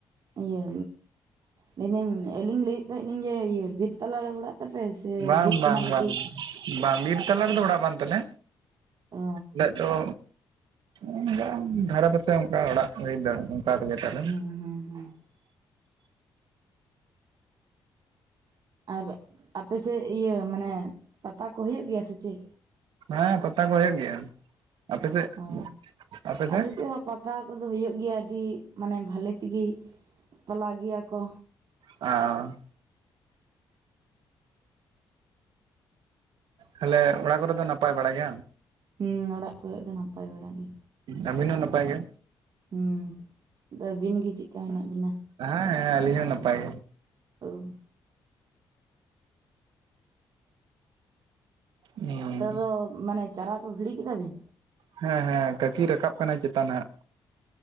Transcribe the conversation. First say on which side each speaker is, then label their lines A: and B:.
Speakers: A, on the right; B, on the right.
A: ᱤᱭᱟᱹ ᱞᱟᱹᱭᱫᱟᱹᱧ ᱟᱞᱤᱧ ᱞᱟᱹᱭᱮᱫ ᱛᱟᱦᱮᱸ ᱞᱤᱧ ᱡᱮ ᱵᱤᱨ ᱛᱟᱞᱟᱨᱮ ᱚᱲᱟᱜ ᱛᱟᱯᱮ ᱥᱮ
B: ᱵᱟᱝ
A: ᱵᱤᱨᱠᱩᱱᱟ
B: ᱵᱟᱝ
A: ᱠᱟᱹᱴᱤᱡ
B: ᱵᱟᱝ ᱵᱟᱝ ᱵᱤᱨ ᱛᱟᱞᱟ ᱨᱮᱫᱚ ᱚᱲᱟᱜ ᱵᱟᱝ ᱛᱟᱞᱮ
A: ᱚ
B: ᱱᱤᱛᱚᱜ ᱩᱸ ᱫᱟᱜ ᱫᱷᱟᱨᱮ ᱯᱟᱥᱮ ᱚᱱᱠᱟ ᱚᱲᱟᱜ ᱦᱩᱭ ᱫᱟ ᱚᱱᱠᱟ ᱛᱮᱜᱮ ᱛᱟᱦᱞᱮ ᱢᱮ
A: ᱦᱩᱸ ᱦᱩᱸ ᱦᱩᱸ ᱟᱨ ᱟᱯᱮ ᱥᱮᱫ ᱤᱭᱟᱹ ᱢᱟᱱᱮ ᱯᱟᱛᱟ ᱠᱚ ᱦᱩᱭᱩᱜ ᱜᱮᱭᱟ ᱥᱮ ᱪᱮᱫ?
B: ᱦᱮᱸ ᱯᱟᱛᱟ ᱠᱚ ᱦᱩᱭᱩᱜ ᱜᱮᱭᱟ ᱾ ᱟᱯᱮ ᱥᱮᱫ
A: ᱚ
B: ᱟᱯᱮ
A: ᱟᱞᱮ
B: ᱥᱮᱫ?
A: ᱦᱚᱸ ᱯᱟᱛᱟ ᱠᱚᱫᱚ ᱦᱩᱭᱩᱜ ᱜᱮᱭᱟ ᱟᱹᱰᱤ ᱢᱟᱱᱮ ᱵᱷᱟᱞᱮ ᱛᱮᱜᱮ ᱯᱟᱞᱟ ᱜᱮᱭᱟ ᱠᱚ
B: ᱟᱺ ᱛᱟᱦᱚᱞᱮ ᱚᱲᱟᱜ ᱠᱚᱮᱫ ᱫᱚ ᱱᱟᱯᱟᱭ ᱵᱟᱲᱟᱭ ᱜᱮᱭᱟ?
A: ᱦᱮᱸ ᱚᱲᱟᱜ ᱠᱚᱨᱮ ᱫᱚ ᱱᱟᱯᱟᱭ ᱵᱟᱲᱟ ᱜᱮ
B: ᱟᱵᱤᱱ ᱦᱚᱸ ᱱᱟᱯᱟᱭ ᱜᱮ
A: ᱦᱮᱸ ᱟᱹᱵᱤᱱ ᱜᱮ ᱪᱮᱫ ᱠᱟ ᱢᱮᱱᱟᱜ ᱵᱤᱱᱟ?
B: ᱦᱮᱸ ᱦᱮᱸ ᱟᱹᱞᱤᱧ ᱦᱚᱸ ᱱᱟᱯᱟᱭ
A: ᱚ
B: ᱦᱮᱸ
A: ᱱᱤᱛᱚᱜ ᱫᱚ ᱢᱟᱱᱮ ᱪᱟᱨᱟ ᱠᱚ ᱜᱤᱲᱤ ᱠᱮᱫᱟ ᱵᱤᱱ
B: ᱦᱮᱸ ᱦᱮᱸ ᱠᱟᱹᱠᱤ ᱨᱟᱠᱟᱵ ᱠᱟᱱᱟᱭ ᱪᱮᱛᱟᱱ ᱦᱟᱸᱜ